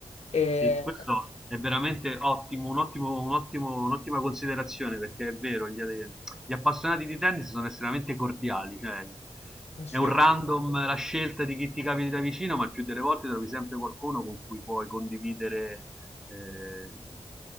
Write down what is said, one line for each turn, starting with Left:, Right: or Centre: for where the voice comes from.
Left: E,
Centre: Sì, questo è veramente ottimo, un ottimo- un ottimo- un'ottima considerazione perché è vero, gli, gli appassionati di tennis sono estremamente cordiali, cioè
Left: eh, sì.
Centre: è un random la scelta di chi ti capita vicino, ma il più delle volte trovi sempre qualcuno con cui puoi condividere eh,